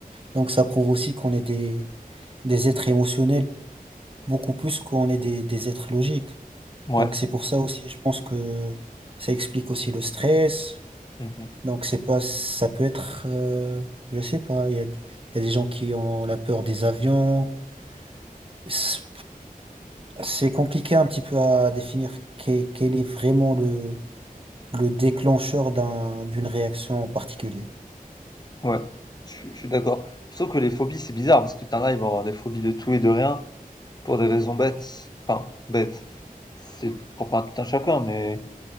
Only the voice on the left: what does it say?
Ouais.
Mhm.
Ouais, je suis je suis d'accord. Sauf que les phobies, c'est bizarre, parce que t'en as, ils vont avoir des phobies de tout et de rien, pour des raisons bêtes. Enfin, bêtes. C'est propre à tout un chacun, mais